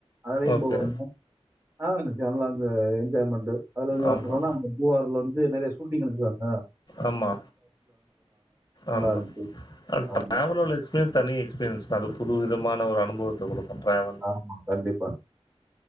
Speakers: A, on the right; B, on the left.
A: அதலயு
B: ஓகே.
A: போகனு ஆ <unintelligible> நல்லா அந்த என்ஜாய்மெண்ட் அதுல வந்து இந்த
B: ஆமா,
A: இப்ப சொன்னா அந்த பூவார்ல வந்து நிறைய ஷூட்டிங் எடுக்குறாங்க
B: ஆமா
A: நல்லா
B: ஆமா
A: இருந்துச்சு.
B: அ ட்ராவெல்லோலெஸ்
A: ஆமா.
B: க்கு தனி எக்ஸ்பிரியன்ஸ் அது புது விதமான ஒரு அனுபவத்த கொடுக்கும் ட்ராவல்
A: ஆமா கண்டிப்பா